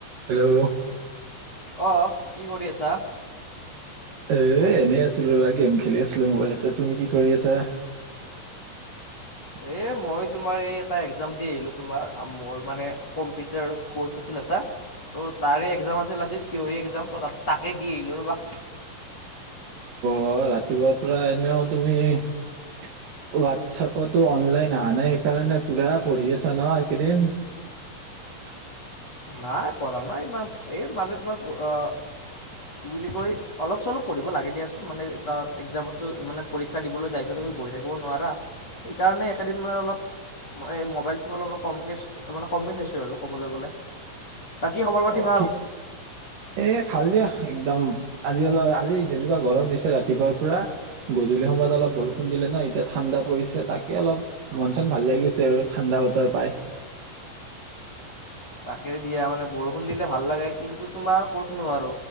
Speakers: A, on the right; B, on the left.
A: হেল্ল'
B: অঁহ কি কৰি আছা?
A: এ' এনেই আছিলো ৰবা গেম খেলি আছিলো মোবাইলতে। তুমি কি কৰি আছা? হয়।
B: এ মই তোমাৰ এই এটা একজাম দি আহিলো তোমাৰ মোৰ মানে কম্পিউটাৰ কউৰ্চ আছিল এটা। ত' তাৰে একজাম আছিল আজি থিয়ৰী একজাম ত' তাকে দি আহিলো ৰ'বা।
A: অ ৰাতিপুৱাৰ পৰা এনেও তুমি- হোৱাটছেপতো অনলাইন অহা নাই সেইকাৰণে পুৰা পঢ়ি আছা ন' এইকেইদিন। <unintelligible>
B: নাই পঢ়া নাই ইমান এই মানে তোমাৰ অঁহ- বুলি কৈ অলপ চলপ পঢ়িব লাগে দিয়াচোন মানে এটা একজামত মানে পৰীক্ষা দিবলৈ যায় থাকো তুমি বহি থাকিব নোৱাৰা। সেইকাৰণে একেদিন মানে অলপ- এই মোবাইল চোবাইল কম মানে কমকে চাইছো আৰু ক'বলৈ গ'লে। বাকী খবৰ পাতি
A: অ
B: ভাল?
A: কি এ' ভাল দিয়া একদম আজি অলপ আজি যেনেকুৱা গৰম দিছে ৰাতিপুৱাৰ পৰা গধূলি- সময়ত অলপ বৰষুণ দিলে ন' এতিয়া ঠাণ্ডা পৰিছে তাকে অলপ মন চন ভাল লাগিছে আৰু ঠাণ্ডা বতৰ পাই। <unintelligible>
B: তাকে দিয়া মানে বৰষুণ দিলে ভাল লাগে। কিন্তু তোমাৰ ক'তনো আৰু